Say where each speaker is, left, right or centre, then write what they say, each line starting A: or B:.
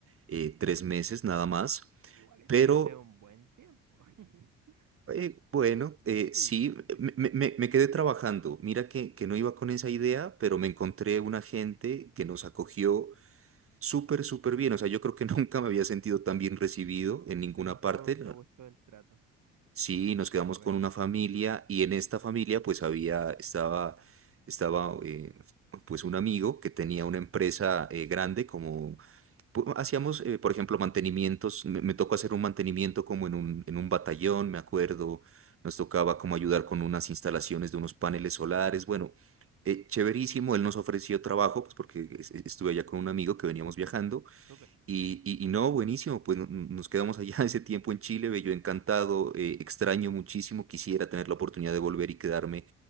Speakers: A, on the right; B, on the right.
A: eh, tres meses nada más,
B: Igual estuviste
A: pero
B: un buen tiempo. <laughs>
A: eh, bueno, eh,
B: Sí,
A: sí,
B: sí.
A: me, me- me- me quedé trabajando. Mira que, que no iba con esa idea, pero me encontré una gente que nos acogió Súper, súper bien. O sea, yo creo que <laughs> nunca me había sentido tan bien recibido en ninguna
B: ¿Te gustó,
A: parte.
B: te
A: ¿no?
B: gustó el trato?
A: Sí, nos quedamos
B: Qué bueno,
A: con una familia y en esta familia pues había, estaba, estaba eh, pues un amigo que tenía una empresa eh, grande como, pu- hacíamos, eh, por ejemplo, mantenimientos. Me, me tocó hacer un mantenimiento como en un, en un batallón, me acuerdo. Nos tocaba como ayudar con unas instalaciones de unos paneles solares. Bueno, eh, chéverísimo. Él nos ofreció trabajo pues porque es- estuve allá con un amigo que veníamos viajando.
B: súper.
A: Y, y- y no, buenísimo, pues no- no- nos quedamos allá <laughs> ese tiempo en Chile, yo encantado, eh, extraño muchísimo, quisiera tener la oportunidad de volver y quedarme